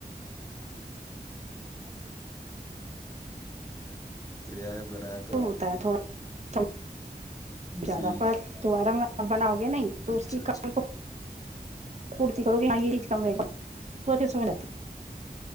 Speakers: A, on the left; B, on the right.
A: <inaudible> پڑائے بنایا کرو
B: ہوتا ہے تھوڑا کم زیادہ
A: جی
B: فرد دوبارا بناؤ گے نہیں تو
A: اچھا
B: اس کی
A: اچھا
B: کمی کو پورتی کرو گ ہاں یہ چیز کملے گی تو سوا